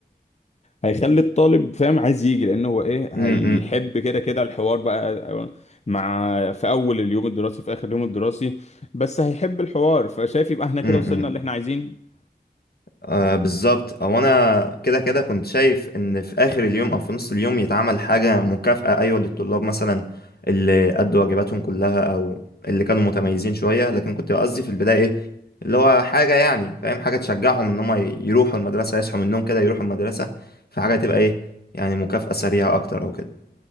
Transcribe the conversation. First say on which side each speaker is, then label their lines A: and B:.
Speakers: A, on the left; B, on the left.
A: هيخلي الطالب فاهم عايز يجي لانه هو ايه
B: م-
A: هيحب كده كده الحوار بقى مع في اول اليوم الدراسي في اخر اليوم الدراسي بس هيحب الحوار فشايف يبقى احنا كده
B: م- م-
A: وصلنا
B: م.
A: اللي احنا عايزينه
B: آه بالظبط او انا كده كده كنت شايف ان في اخر اليوم او في نص اليوم يتعمل حاجه مكافاه ايوه للطلاب مثلا اللي ادوا واجباتهم كلها او اللي كانوا متميزين شويه لكن كنت قصدي في البدايه ايه اللي هو حاجه يعني فاهم حاجه تشجعهم ان هم يروحوا المدرسه يصحوا من النوم كده يروحوا المدرسه فحاجه تبقى ايه يعني مكافاه سريعه اكتر او كده